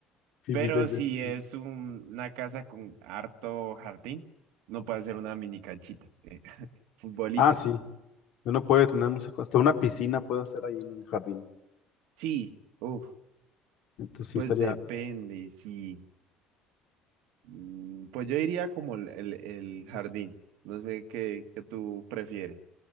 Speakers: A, on the left; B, on the right.
A: Y
B: Pero
A: vives
B: si
A: de eso.
B: es un- una casa con harto jardín, no puede ser una mini canchita. eh, <laughs> futbolito.
A: Ah, sí, uno puede tener muchas cosas, hasta una piscina puede hacer ahí en el jardín.
B: Sí, uf,
A: Entonces sí
B: pues
A: estaría,
B: depende, sí. Mm, Pues yo iría como el, el- el jardín. No sé qué, qué tú prefieres.